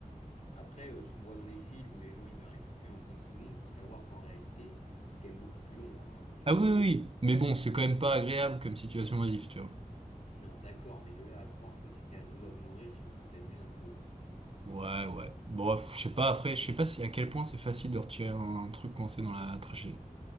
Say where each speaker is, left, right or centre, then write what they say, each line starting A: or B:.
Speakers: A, on the left (about 55°); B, on the right (about 40°).
A: Après, euh, ce qu'on voit dans les films où les gens, ils meurent étouffés en 5 secondes, faut savoir qu'en réalité, c'est quand même beaucoup plus long. hein. Tu
B: Ah
A: peux...
B: oui, oui, oui. mais bon, c'est quand même pas agréable comme situation modif, tu vois.
A: Non, d'accord, mais de là à croire que t'étais à deux doigts de mourir, je trouve que t'abuses un peu.
B: Ouais, ouais. Bon, pff, je sais pas, après, je sais pas si à quel point c'est facile de retirer un, un truc coincé dans la trachée.